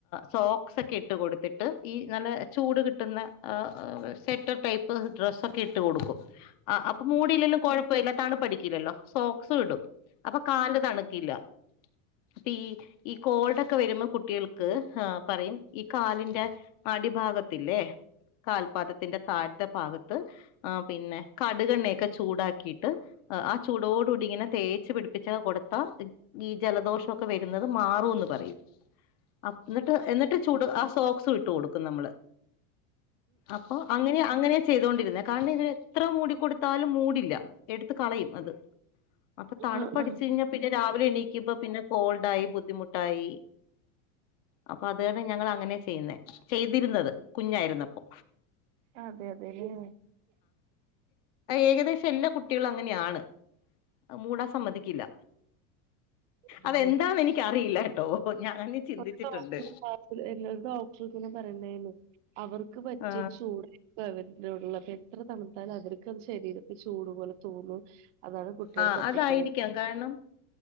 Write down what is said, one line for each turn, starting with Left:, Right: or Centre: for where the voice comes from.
Left: സോക്സ്സൊക്കെ ഇട്ട് കൊടുത്തിട്ട് ഈ നല്ല ചൂട് കിട്ടുന്ന അ അ സെറ്റർ ടൈപ്പ് ഡ്രസ്സൊക്കെ ഇട്ട് കൊടുക്കും. ആഹ് അപ്പൊ മൂടില്ലേലും കുഴപ്പമില്ല തണുപ്പടിക്കില്ലല്ലോ സോക്സ് ഇടും അപ്പൊ കാല് തണുക്കില്ല അപ്പീ ഈ ഈ കോൾടൊക്കെ വരുമ്പോ കുട്ടികൾക്ക് ആഹ് പറയും ഈ കാലിന്റെ അടിഭാഗത്തില്ലേ കാൽപാതത്തിന്റെ താഴ് ത്തെ ഭാഗത്ത് ആ പിന്നെ കടുകെണ്ണയൊക്കെ ചൂടാക്കിയിട്ട് ആ ചൂടോട് കൂടി ഇങ്ങനെ തേച്ച് പിടിപ്പിച്ച് കൊടുത്ത ഈ ജലദോഷൊക്കെ വരുന്നത് മാറൂന്ന് പറയും അ എന്നിട്ട് എന്നിട്ട് ചൂട് ആ സോക്സ് ട്ട് കൊടുക്കും നമ്മള് അപ്പോ അങ്ങനെ അങ്ങനെ ചെയ്തൊണ്ടിരുന്നെ കാരണം ഇതെത്ര മൂടിക്കൊടുത്താലും മൂടില്ല എടുത്ത് കളയും അത് അപ്പൊ തണുപ്പ്
Right: ആ,
Left: അടിച്ചു
Right: ആ.
Left: കഴിഞ്ഞാ പിന്നെ രാവിലെ എണീക്കുമ്പോ പിന്നെ കോൾഡായി ബുദ്ധിമുട്ടായി അപ്പൊ അതാണ് ഞങ്ങൾ അങ്ങനെ ചെയ്യുന്നേ ചെയ്തിരുന്നത് കുഞ്ഞായിരുന്നപ്പൊ.
Right: അതെ അതെല്ലേ
Left: ഏകദേശം എല്ലാ കുട്ടികളും അങ്ങനെയാണ് മൂടാൻ സമ്മതിക്കില്ല
Right: ഉം.
Left: അതെന്താന്ന് എനിക്കറിയില്ല കേട്ടോ ഞാന് ചിന്തിച്ചിട്ടുണ്ട്
Right: ഒരു ഡോക്ടർ പോയി കാണിച്ച് എന്നിട്ട് ഡോക്ടർ ഇങ്ങനെ പറയുന്നേ നോക്കി അവർക്ക് പറ്റിയ
Left: ആ
Right: ചൂട് അവടെോടുള്ള അപ്പൊ എത്ര തണുത്താലും അവർക്കത് ശരീരത്തിൽ ചൂടു പോലെ തോന്നും അതാണ് കുട്ടികൾ
Left: ആ
Right: തട്ടിക്കളയും
Left: അതായിരിക്കാം. കാരണം,